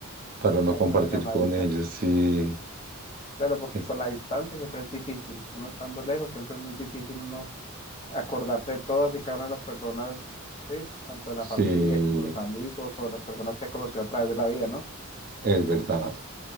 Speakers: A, on the right; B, on the left.
A: para no
B: hacerles
A: compartir
B: una llamadita.
A: con ellos, sí,
B: Claro, porque
A: es,
B: con la distancia siempre es difícil. Uno estando lejos siempre es muy difícil uno acordarse de todas y cada una de las personas, ¿sí? Tanto de la
A: sí,
B: familia como los amigos o las personas que ha conocido a través de la vida, ¿no?
A: es verdad,